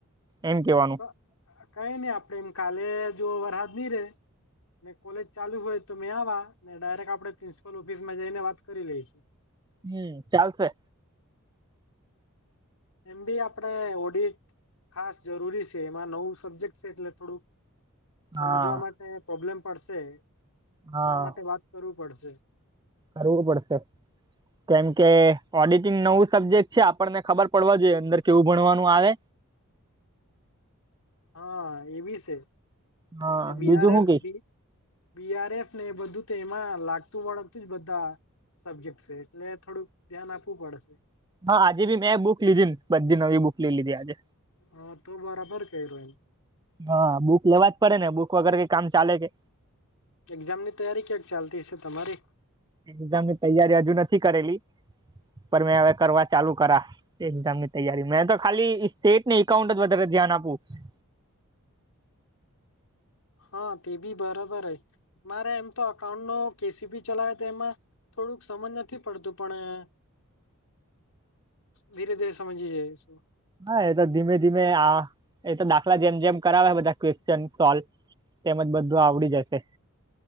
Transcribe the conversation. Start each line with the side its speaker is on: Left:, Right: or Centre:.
Right: એમ કેવાનું.
Left: પ- કઈ નહીં આપડે એમ કાલે જો વરહાદ ની રે કોલેજ ચાલુ હોય તોમેં આવા ને ડાયરેક્ટ આપડે પ્રિન્સપલ ઓફિસમાં જઈને વાત કરી લઈશું.
Right: હમ ચાલશે.
Left: એમ બી આપડે ઓડી ખાસ જરૂરી સે, એમાં નવું સબ્જેક્ટ છે, એટલે થોડું- સમજવા
Right: હા
Left: માટે પ્રોબ્લેમ પડશે
Right: હા
Left: એના માટે વાત કરવું પડશે.
Right: કરવું પડશે. કેમ કે ઓડિટિંગ નવું સબ્જેક્ટ છે, આપણને ખબર પડવા જોઈએ અંદર કેવું ભણવાનું આવે.
Left: હા એબી છે,
Right: હા
Left: ને બીહારે
Right: બીજું શું કે
Left: બી બીઆર એફ ને એ બધું તો એમાં લાગતું વળગતું જ બધા સબ્જેક્ટ છે, એટલે થોડુંક ધ્યાન આપવું પડશે.
Right: હા આજે ભીમેં બુક લીધી ન બધી નવી બુક લઈ લીધી આજે.
Left: હા તો બરાબર કર્યો એમ.
Right: હા બુક લેવા જ પડેને બુક વગર કંઈ કામ ચાલેકે.
Left: એક્ઝામ ની તૈયારી ક્યાંક ચાલતી છે, તમારી?
Right: એક્ઝામની તૈયારી હજુ નથી કરેલી પણ મેં હવે કરવા ચાલુ કરા. એક્ઝામની તૈયારી મેં તો ખાલી સ્ટેટ ને એકાઉન્ટ જ વધારે ધ્યાન આપવું.
Left: હા તેબી બરાબર જ. મારે એમ તો અકાઉન્ટ નો કેસીપી ચલાવે તે એમાં થોડુંક સમજ નથી પડતું પણ ધીરેધીરે સમજી જાઈશુ.
Right: હા એતો ધીમે ધીમે આ એતો દાખલા જેમ જેમ કરાવે બધા ક્વેશ્ચન સોલ્વ. તેમજ બધું આવડી જશે.